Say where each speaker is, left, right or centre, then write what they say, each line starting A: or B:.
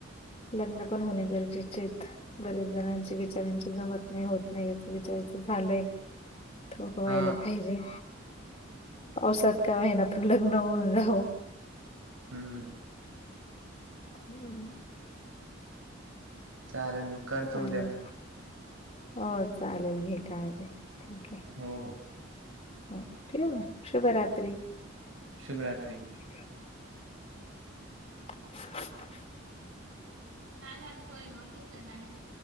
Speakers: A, on the left; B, on the right.
A: लग्न पण होणे गरजेचेयत. बरेच जणांची बीचाऱ्याची जमत नाही, होत नाही. याच बीचाऱ्याचं झालंय. <unintelligible> व्हायला
B: हा
A: पाहिजे. पावसात का होईना, पण लग्न होऊन जावो.
B: हम्.
A: हम्.
B: चालेल मग, करतो
A: चालेल
B: उद्या.
A: हो, चालेल. घे काळजी. ठीकय.
B: हो, हो.
A: हो. ठेऊ म. शुभरात्री.
B: शुभ रात्री.
A: <unintelligible> <inaudible>
B: काय झालं, सॉरी मग <unintelligible>